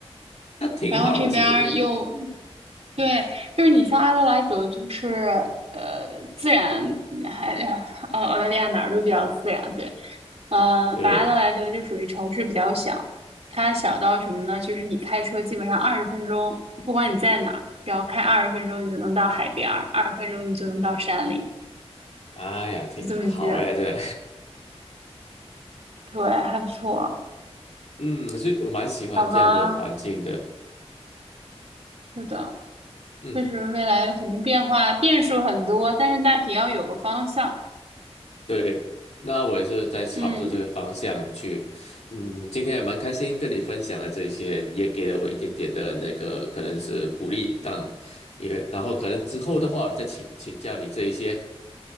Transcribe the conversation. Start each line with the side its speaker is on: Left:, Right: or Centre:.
Left: 那挺好的，
Right: 然后这边儿又
Left: 其实，因为
Right: 对，就是你像阿德莱德，就是呃自然还呃澳大利亚哪儿都比较自然，对，呃，
Left: 对，
Right: 反正阿德莱德就属于城市比较小，它小到什么呢？就是你开车基本上二十分钟，不管你在哪儿，只要开二十分钟，你就能到海边儿，二十分钟你就能到山里，
Left: 哎呀，挺好呀，
Right: 就这么近。
Left: 这，
Right: 对，还不错，
Left: <laughs> 嗯，所以我蛮喜欢这样的环境的，
Right: 好吧，是的，
Left: 嗯，
Right: 确实未来肯定变化变数很多，但是大体要有个方向。
Left: 对，那我也是在朝着这个方向去，
Right: 嗯。
Left: 嗯，今天也蛮开心跟你分享了这一些，也给了我一点点的那个可能是鼓励，当也然后可能之后的话再请请教你这一些，